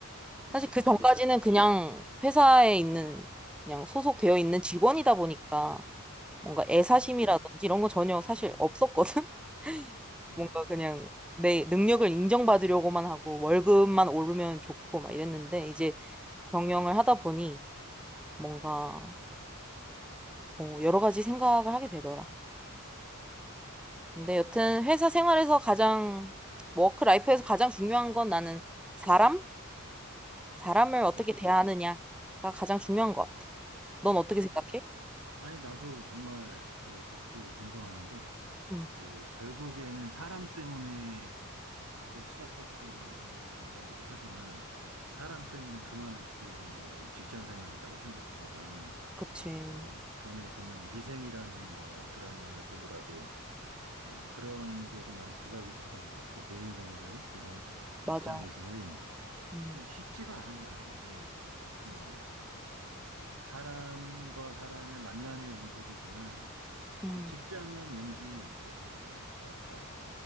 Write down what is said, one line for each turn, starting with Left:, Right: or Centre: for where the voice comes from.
Right: 그렇지.
Centre: 사실 그 전까지는
Right: 이- 자,
Centre: 그냥 회사에 있는, 그냥 소속되어 있는 직원이다 보니까 뭔가 애사심이라든지
Right: 음,
Centre: 이런 거 전혀 사실 없었거든? <laughs>
Right: 음,
Centre: 뭔가 그냥 내 능력을 인정받으려고만 하고 월급만 오르면 좋고 막 이랬는데 이제 경영을 하다 보니 뭔가 어, 여러 가지 생각을 하게 되더라. 근데 여튼 회사 생활에서 가장, 워크 라이프에서 가장 중요한 건 나는 사람? 사람을 어떻게
Right: 그렇지.
Centre: 대하느냐가 가장 중요한 것 같아. 넌 어떻게
Right: 맞아.
Centre: 생각해?
Right: 아니, 나도 정말 그 100% 공감하는 게,
Centre: 음,
Right: 그, 결국에는 사람 때문에도 시작할 수 있는 거기도 하지만, 사람 때문에 그만둘 수도 있는 게 우리 직장 생활이라고 생각하거든.
Centre: 그치.
Right: 그, 전에 보면 미생이라는 뭐 드라마를 보더라도, 뭐 그런 게 좀 많이 부각이 됐던 것 같아. 대인관계, 이런 직장에서의.
Centre: 맞아. 음,
Right: 이게 쉽지가 않은 거야. 이게, 뭐 사람과 사람의 만남의 연속이지만
Centre: 음,
Right: 이 직장은 왠지 좀 뭐랄까